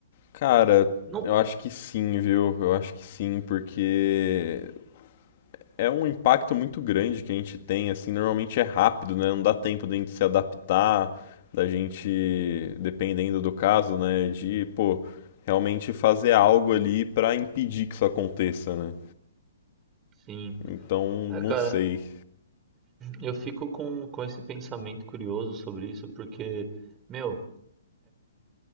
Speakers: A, on the left; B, on the right.
A: Cara,
B: Não.
A: eu acho que sim, viu? Eu acho que sim, porque é um impacto muito grande que a gente tem, assim, normalmente é rápido, né? Não dá tempo da gente se adaptar, da gente, dependendo do caso, né, de, pô, realmente fazer algo ali pra impedir que isso aconteça, né?
B: Sim.
A: Então,
B: É,
A: não
B: cara,
A: sei.
B: eu fico com, com esse pensamento curioso sobre isso, porque, meu,